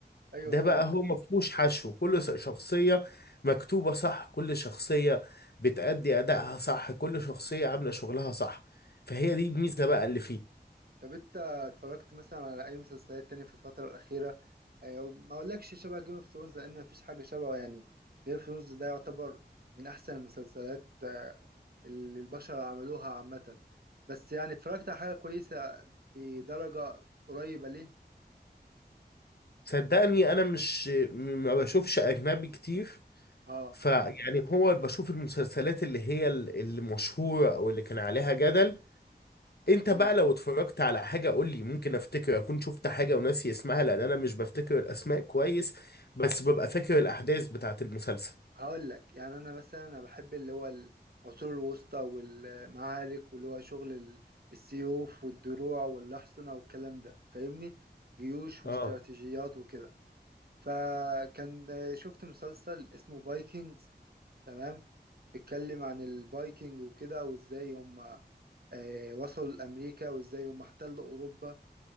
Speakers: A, on the right; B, on the left.
A: ايوه
B: ده
A: فعلا
B: بقى هو ما فيهوش حشو كل س- شخصية مكتوبة صح كل شخصية بتأدي أدائها صح كل شخصية عاملة شغلها صح فهي دي الميزة بقى اللي فيه
A: طب انت اتفرجت مثلا على اي مسلسلات تانية في الفترة الأخيرة اه ما اقولكش شبه جيم اوف ثرونز لان مفيش حاجة شبهه يعني جيم اوف ثرونز ده يعتبر من احسن المسلسلات اه، اللي البشر عملوها عامة بس يعني اتفرجت على حاجة كويسة بدرجة قريبة ليه
B: صدقني أنا مش م- ما بشوفش أجنبي كتير
A: اه
B: فيعني هو بشوف المسلسلات اللي هي ال- المشهورة أو اللي كان عليها جدل أنت
A: امم
B: بقى لو اتفرجت على حاجة قول لي ممكن أفتكر أكون شفت حاجة وناسي اسمها لأن أنا مش بفتكر الأسماء كويس بس ببقى فاكر الأحداث بتاعت المسلسل
A: هقول لك يعني انا مثلا انا بحب اللي هو العصور الوسطى والمعارك واللي هو شغل ال- السيوف والدروع والاحصنة والكلام ده فاهمني جيوش
B: اه
A: واستراتيجيات وكده فكان شفت مسلسل اسمه فايكنجز تمام بيتكلم عن الفايكنج وكده وازاي هم آه، وصلوا لأمريكا وازاي هم احتلوا أوروبا